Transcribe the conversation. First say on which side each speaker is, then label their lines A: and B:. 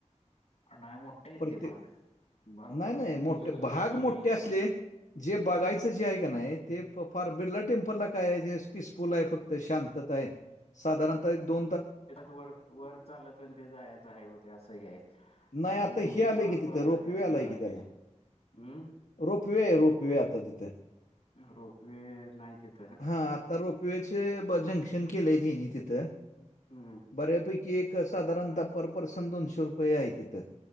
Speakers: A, on the left (about 60°); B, on the left (about 80°).
A: नाही मोठा येत
B: प्रत्येक
A: ते भाग. भाग
B: नाही
A: बघायचं
B: नाही मोठे
A: म्हटलं तर
B: भाग
A: जातोय वेळ
B: मोठे
A: जातोय
B: असले
A: ते
B: जे बघायचे जे आहे का नाही ते फार बिर्ला टेम्पलला काय आहे पीसफुल आहे फक्त शांतता आहे. साधारणतः एक दोन
A: वर वर चालत न ते जायचं आहे होते असं हे आहे.
B: नाही आता
A: ते तुमची
B: हे आलंय
A: पळापळ
B: की तिथं
A: झाली
B: रोपवे
A: असणार
B: आलाय की
A: आहे
B: त्याला
A: ते हम्म
B: रोपवे रोपवे आता तिथं
A: रोप वे नाही तिथं
B: हा आता रोपवेचे जंक्शन केलेय तिनी तिथं
A: ह हम्म
B: बऱ्यापैकी एक साधारणतः पर पर्सन दोनशे रुपये आहे तिथं.